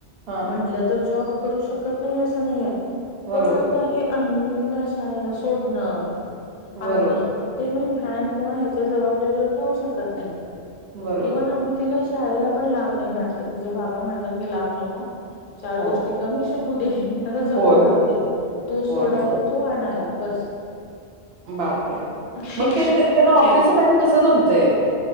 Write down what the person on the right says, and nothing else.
हां.
बरोबर,
बरोबर,
बरोबर.
हो,
होय,
होय,
होय,
होय.
बापरे
मग त्यां त्यांना ऑफिसच टाइम कसं जमतय